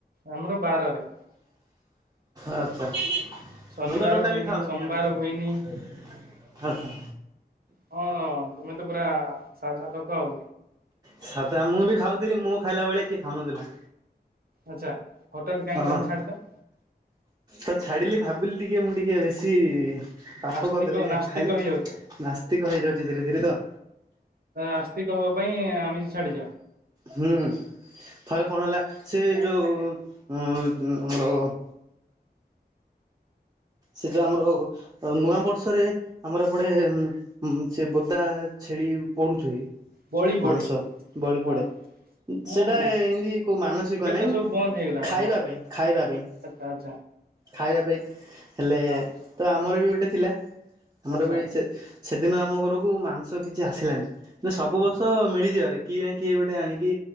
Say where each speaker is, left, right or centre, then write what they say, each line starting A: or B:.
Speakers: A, on the right; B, on the right.
A: ଆମର ବାରରେ।
B: ଆଚ୍ଛା।
A: ଶନିବାର
B: ମୁଁ ତ ଟୋଟାଲି
A: ହୁଏନି
B: ଖାଉନି
A: ସୋମବାର
B: ଆମିସ।
A: ହୁଏନି
B: ଆଛା।
A: ହଁ ତମେ ତ ପୁରା ସାଧା ଲୋକ, ଆଉ।
B: ସାତ ମୁଁ ବି ଖାଉଥିଲି, ମୋ ଖାଇଲା ଭଳିଆ କିଏ ଖାଉନଥିଲା।
A: ଆଚ୍ଛା। ହଠାତ୍ କାହିଁକି
B: ହଁ
A: ତାହେଲେ ଛାଡ଼ିିଲ?
B: ତ ଛାଡିଲି, ଭାବିଲି ଟିକେ ମୁଁ ଟିକେ ବେଶୀ ପାପ
A: ଆସ୍ତିକ
B: କରିଦେଲେଣି
A: ନାସ୍ତିକ
B: ଆ ଖାଇଲେ
A: ହେଇଯାଉଛ।
B: ନାସ୍ତିକ ହେଇଯାଉଛି ଧୀରେ ଧିରେ ତ।
A: ଆସ୍ତିକ ହବା ପାଇଁ ଆମିସ ଛାଡିଚ।
B: ହୁଁ ଥରେ କଣ ହେଲା ସେ ଯୋଉ ଉ ଆମର ସେଟା ଆମର ନୂଆ ବର୍ଷରେ ଆମର ଏପଟେ ସେ ବୋଦା ଛେଳି ପଢୁଛି।
A: ବଳି ପଡେ
B: ମାଂସ ବଳି
A: ହଁ
B: ପଡେ।
A: ହଁ
B: ସେଟା
A: ହଁ।
B: ଏମିତି କୋଉ ମାନସିକ
A: ଏବେ
B: ନାହିଁ
A: ତ ସବୁ ବନ୍ଦ ହେଇଗଲାଣି
B: ଖାଇବା
A: ହଁ
B: ପାଇଁ ଖାଇବା ପାଇଁ।
A: ଆଚ୍ଛା ଆଚ୍ଛା।
B: ଖାଇବା ପାଇଁ ହେଲେ
A: ହଁ
B: ତ ଆମର ବି ଗୋଟେ ଥିଲା ଆମର
A: ଆଚ୍ଛା।
B: ବି ସେ ସେଦିନ ଆମ ଘରକୁ ମାଂସ କିଛି ଆସିଲାନି ସବୁ
A: ହଁ
B: ବର୍ଷ ମିଳିଯିବାରେ କିଏ ନା କିଏ ଗୋଟେ ଆଣିକି